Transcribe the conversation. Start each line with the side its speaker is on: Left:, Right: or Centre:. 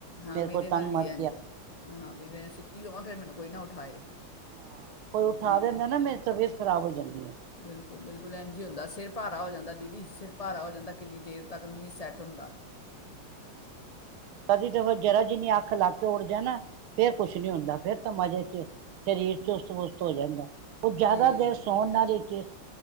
Left: ਹਾਂ ਮੇਰੇ
Right: ਕੋ ਤੰਗ
Left: ਨਾਲ ਵੀ
Right: ਮਤ
Left: ਇੰਜ ਹਾਂ। ਮੈਂ ਸੁੱਤੀ ਹੋਵਾਂ, ਫਿਰ ਮੈਨੂੰ ਕੋਈ ਨਾ ਉਠਾਏ।
Right: ਹਾਂ ਕੋਈ
Left: ਹੂੰ,
Right: ਉਠਾ ਦਿੰਦਾ ਨਾ ਮੇਰੀ ਤਬੀਅਤ ਖ਼ਰਾਬ ਹੋ ਜਾਂਦੀ ਹੈ।
Left: ਬਿਲਕੁਲ-ਬਿਲਕੁਲ, ਐਂਜ ਹੀ ਹੁੰਦਾ। ਸਿਰ ਭਾਰੀ ਹੋ ਜਾਂਦਾ। ਦੀਦੀ ਸਿਰ ਭਾਰਾ ਵਜੇ ਤਕ, ਕਿੰਨੀ ਦੇਰ ਤੱਕ। ਨਹੀਂ ਸੈਟ ਹੁੰਦਾ।
Right: ਕਦੀ ਤਾਂ ਮੈ ਜਰਾ ਜਿੰਨੀ ਅੱਖ ਲੱਗ ਕੇ ਉੱਠ ਜਾਏ ਨਾ, ਫੇਰ ਕੁਛ ਨੀ ਹੁੰਦਾ। ਫਿਰ ਤਾਂ ਮਜ਼ੇ ਚ ਸਰੀਰ ਚੁਸਤ ਪੁਸਤ ਹੋ ਜਾਂਦਾ। ਉਹ ਜ਼ਿਆਦਾ
Left: ਹੂੰ
Right: ਦੇਰ ਸੌਣ ਨਾਲੇ ਚ